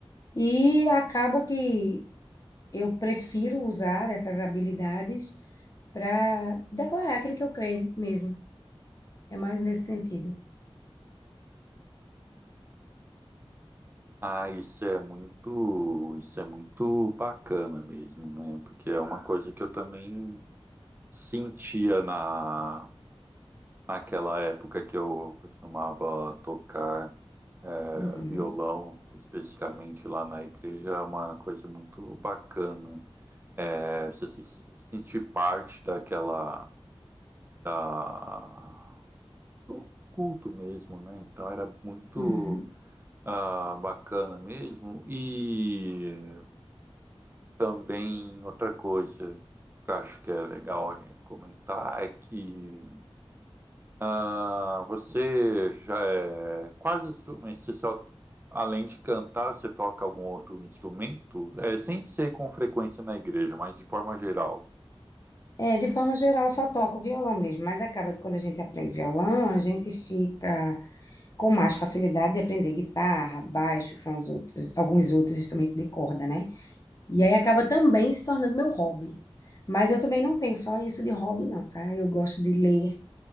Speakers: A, on the left; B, on the right.
A: E acaba que eu prefiro usar essas habilidades para declarar aquilo que eu creio mesmo. É mais nesse sentido.
B: Ah, isso é muito, isso é muito bacana mesmo, né? Porque é uma coisa que eu também sentia na, naquela época que eu costumava tocar. é,
A: Uhum,
B: violão, especificamente lá na igreja, é uma coisa muito bacana. É, você se se sentir parte daquela, da- do culto mesmo, né? Então era muito
A: uhum.
B: ah, bacana mesmo. E também outra coisa que eu acho que é legal a gente comentar é que Ah, você já é quase instrumento. Você só, além de cantar, você toca algum outro instrumento? É, sem ser com frequência na igreja, mas de forma geral.
A: É, de forma geral, eu só toco violão mesmo, mas acaba que quando a gente aprende violão, a gente fica com mais facilidade de aprender guitarra, baixo, que são os outros, alguns outros instrumentos de corda, né? E aí acaba também se tornando meu hobby. Mas eu também não tenho só isso de hobby, não, tá? Eu gosto de ler,